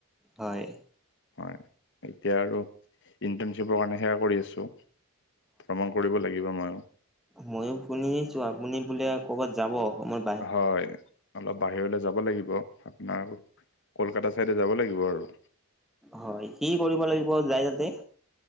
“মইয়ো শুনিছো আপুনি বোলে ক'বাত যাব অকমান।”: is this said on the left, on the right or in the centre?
Centre